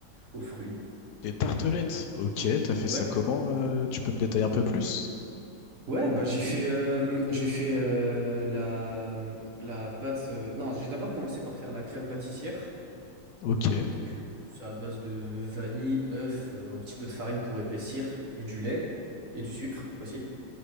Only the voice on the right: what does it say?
aux fruits.
Ouais.
Ouais, bah j'ai fait, euh, j'ai fait euh, la, la pâte. euh, Non, j'ai d'abord commencé par faire la crème pâtissière.
Donc, euh, c'est à base de vanille, œuf, euh, un petit peu de farine pour épaissir, et du lait, et du sucre aussi.